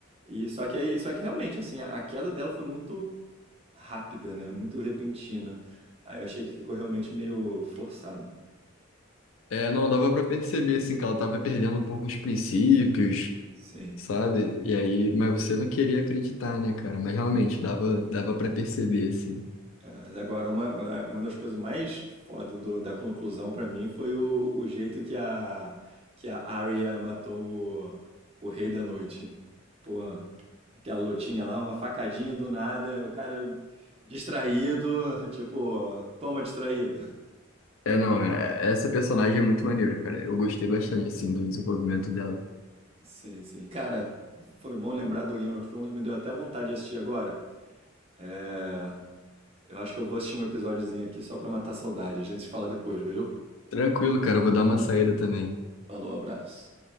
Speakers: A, on the right; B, on the left.
A: E só que, aí- só que realmente, assim, a, a queda dela foi muito rápida, né? Muito repentina. Aí eu achei que ficou realmente meio forçado.
B: É, não dava pra perceber, assim, que ela tava perdendo um pouco os princípios,
A: Sim.
B: sabe? E aí, mas você não queria acreditar, né, cara? Mas realmente dava, dava para perceber, assim.
A: É, Mas Agora, uma, uma das coisas mais foda do- da conclusão pra mim foi o, o jeito que a, que a Arya matou o, o Rei da Noite. Pô, aquela lutinha lá, uma facadinha do nada, o cara distraído, tipo, toma distraído.
B: É, não, é- essa personagem é muito maneira, cara. Eu gostei bastante, assim, do desenvolvimento dela.
A: Sim, sim. Cara, foi bom lembrar do Game of Thrones, me deu até vontade de assistir agora. É, eu acho que eu vou assistir um episódiozinho aqui só pra matar a saudade. A gente se fala depois, viu?
B: Tranquilo, cara, eu vou dar uma saída também.
A: Falou, abraço.